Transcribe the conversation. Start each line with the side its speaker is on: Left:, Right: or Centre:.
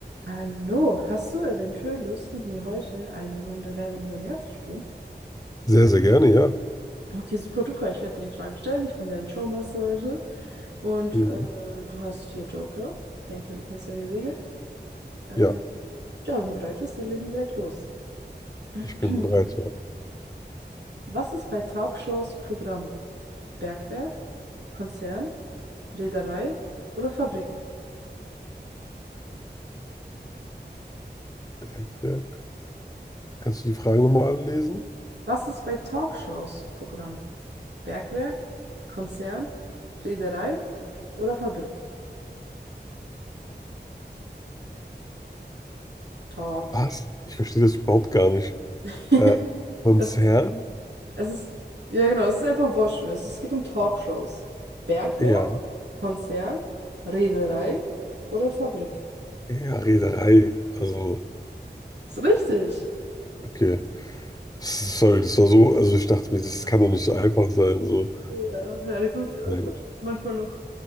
Right: Hallo, hast du eventuell Lust, mit mir heute eine Runde Wer wird Millionär zu spielen?
Left: Sehr, sehr gerne, ja.
Right: Okay, super duper. Ich werde dir die Fragen stellen. Ich bin dein Showmaster heute. Und
Left: Mhm.
Right: äh, du hast vier Joker. Ich denke, du kennst ja die Regeln. Äh,
Left: Ja,
Right: ja, wenn du bereit bist, dann legen wir direkt los. <clears throat>
Left: ich bin bereit. Ja.
Right: Was ist bei Talkshows Programm? Bergwerk, Konzern, Reederei oder Fabrik?
Left: Bergwerk. Kannst du die Fragen nochmal alle lesen?
Right: Was ist bei Talkshows Programm? Bergwerk, Konzern, Reederei oder Fabrik? Talk.
Left: Was? Ich verstehe das überhaupt gar nicht.
Right: <laughs>
Left: Äh, Konzern?
Right: Es, es ist, ja genau, es ist einfach wurscht. Es es geht um Talkshows. Bergwerk,
Left: Ja.
Right: Konzern, Reederei oder Fabrik.
Left: Ja, Reederei. Also,
Right: Ist richtig.
Left: okay. Sorry, das war so, also ich dachte mir, das kann doch nicht so einfach sein. So.
Right: Ja, ja, die 50 Euro
Left: Na
Right: Frage
Left: gut.
Right: ist manchmal noch,